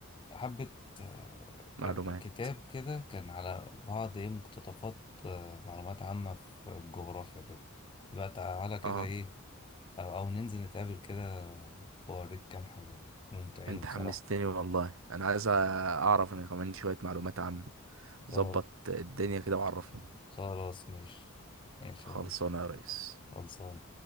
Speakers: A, on the left; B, on the right.
A: حبة آه،
B: معلومات
A: يعني كتاب كده كان على بعض ايه مقتطفات آه، معلومات عامة في الجغرافيا كده يبقى تعالى كده
B: اه
A: ايه او أو ننزل نتقابل كده واوريك كام حاجة ممتعين
B: انت
A: بصراحة
B: حمستني والله انا عايز اعرف انا كمان شوية معلومات عامة
A: خل-
B: ظبط الدنيا كده وعرفني
A: خلاص ماشي ماشي
B: خلصانه
A: يا باشا
B: يا ريس
A: خلصان